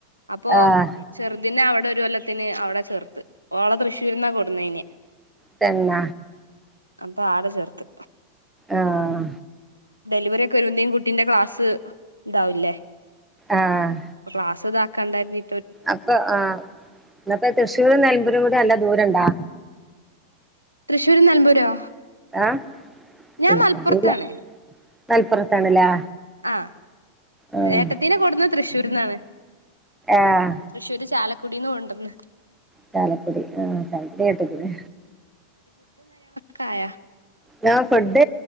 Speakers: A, on the right; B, in the centre.
A: അപ്പൊ
B: ആഹ്
A: ചെറുദിന അവി ഇവിടെ ഒരു കൊല്ലത്തിന് അവിടെ ചേർത്ത് ഓളെ തൃ്ശൂരുന്നാ കൊട് ന്നീനെ
B: തന്ന
A: അപ്പൊ ആടെ ചേർത്ത്
B: ആഹ
A: ഡെലിവറി ഒക്കെ ഒരത്തിം കുട്ടീന്റെ ക്ലാസ് ഇതാവില്ലേ
B: ആഹ്
A: ക്ലാസ് ദാ കണ്ടായിരിതി
B: അപ്പൊ ആഹ ഇപ്പോ തൃശ്ശൂർും നിലമ്പുരും കൂടി നല്ല ദൂരംണ്ടാ
A: തൃശ്ശൂർ നലൽമ്പൂരോ
B: ആഹ്
A: ഞാൻ
B: എനിക്കറിയില്ല
A: മലപ്പുറത്താണ്
B: മലപ്പുറത്താണല്ലേ
A: ആ
B: ആഹ്
A: ഏട്ടത്തീനെ കൊടുന്ന് തൃശ്ശൂർന്നാണ്
B: ആഹ്
A: തൃശ്ശൂര് ചാല കുടീന്ന് കൊണ്ടന്ന്
B: ചാലക്കുടി ആഹ ചാലക്കുടി കേട്ട് ക്ണ്
A: കായ
B: ഞാഫുഡ്